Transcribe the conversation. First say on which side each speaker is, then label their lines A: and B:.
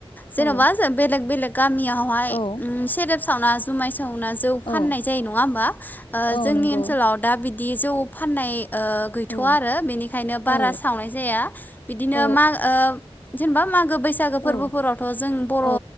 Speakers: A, on the left; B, on the left.
A: जेनबा
B: औ
A: बेलेग बेलेग गामियावहाय
B: औ
A: ओम सेरेब सावना जुमाय सावनाय जौ फाननाय
B: औ
A: जायो नङा होमबा
B: औ
A: जोंनि
B: नंगौ
A: ओनसोलाव दा बि दि जौ फाननाय ओ गैथवा
B: औ
A: आरो बेनिखायनो बारा
B: औ
A: सावनाय जाया। बिदिनो
B: औ
A: माग ओ जेनेबा मागो बैसागो फोरबोफोरावथ'
B: औ
A: जों बर'
B: औ